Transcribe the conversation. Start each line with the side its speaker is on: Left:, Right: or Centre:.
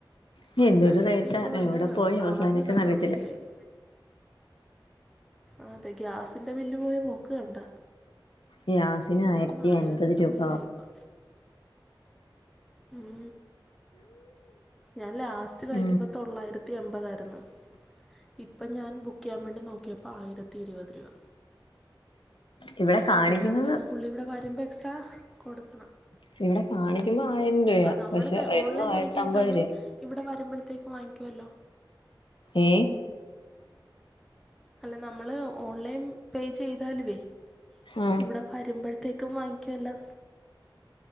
Left: ഇനി
Centre: മസാലയൊക്കെ
Left: എന്തൊരു റേറ്റാ
Centre: ഇപ്പൊ വല്ല
Left: എവിടെ പോയി അവസാനിക്കുംന്ന്
Centre: അളന്നിടണ്ട
Left: അറിയത്തില്ല
Centre: അവസ്ഥയായി അതെ ഗ്യാസിന്റെ ബില്ല് പോയ പോക്ക് കണ്ടാ?
Left: ഗ്യാസിന്
Centre: എന്തോന്ന ആയിരത്തി
Left: അൻപത്
Centre: സംതിങ്ങായി
Left: രൂപ
Centre: ഇ ഇപ്പൊ ഉം ഞാൻ ലാസ്റ്റ് വാങ്ങിക്കുമ്പോ
Left: ഉം
Centre: തൊള്ളായിരത്തി എമ്പതായിര്ന്ന് ഇപ്പം ഞാൻ ബുക്കെയ്യാൻ വേണ്ടി നോക്കിപ്പൊ ആയിരത്തി ഇരുപത് രൂപ
Left: ഇവിടെ കാണിക്കുന്നത്
Centre: പിന്നെ അത് കഴിഞ്ഞ് പുള്ളിവിടെ വരുമ്പ എക്സ്ട്രാ കൊടുക്കണം
Left: ഇവിടെ കാണിക്കുമ്പം ആയിരം രൂപയാ
Centre: ആ നമ്മൾ
Left: പക്ഷെ
Centre: പേ
Left: വരുമ്പോ
Centre: ഓൺലൈൻ
Left: ആയിരത്തി
Centre: പേ ചെയ്താലും
Left: അമ്പത് രൂപ
Centre: ഇവിടെ വരുമ്പഴത്തേക്ക് വാങ്ങിക്കുവല്ലോ?
Left: ഏഹേ?
Centre: അല്ല നമ്മള് ഓൺലൈൻ പേ ചെയ്താലുവേ
Left: ആ
Centre: ഇവിടെ വരമ്പഴത്തേക്ക് തും വാങ്ങിക്കുവല്ലോ